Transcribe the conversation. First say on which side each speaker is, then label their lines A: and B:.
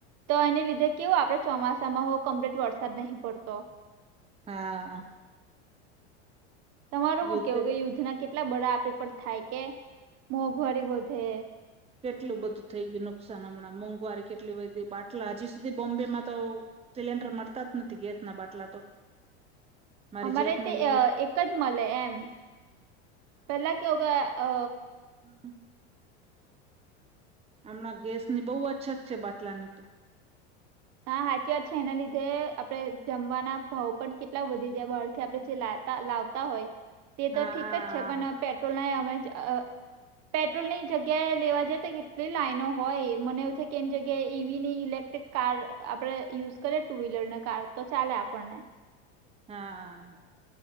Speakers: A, on the right; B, on the right.
A: તો એને લીધે કેવું આપણે ચોમાસામાં હો કમ્પ્લીટ વરસાદ નહીં પડતો.
B: હા.
A: તમારું હું
B: યુદ્ધ
A: કેવું કે યુદ્ધના કેટલા બડા આપડી પર થાય કે મોંઘવારી વધે.
B: કેટલું બધું થઈ ગયું નુકસાન હમણાં મોંઘવારી કેટલી બી બાટલા હજી સુધી બોમ્બે માંતો સિલિન્ડર મળતા જ નથી ગેસના બાટલા તો. મારી
A: અમારે
B: જેઠની
A: તેય એક જ મલે એમ. પહેલા કેવું કે અ
B: હ. હમણાં ગેસની બહુ અછત છે બાટલાની તો.
A: હા હાચી વાત છે એના લીધે આપણે જમવાના ભાવ પણ કેટલા વધી જાય બહારથી આપણે જે લાતા લાવતાં તા હોય તે
B: હા
A: તો ઠીક જ છે પણ પેટ્રોલના અવે જે અ પેટ્રોલની જગ્યાએ લેવા જઈએ તો કેટલી લાઈનો હોય મને એવું થાય કે એન જગ્યાએ ઈ વીની ઈલેક ટિક કાર આપણે યુઝ કરીએ ટુ વ્હીલરને કાર તો ચાલે આપણને.
B: હા.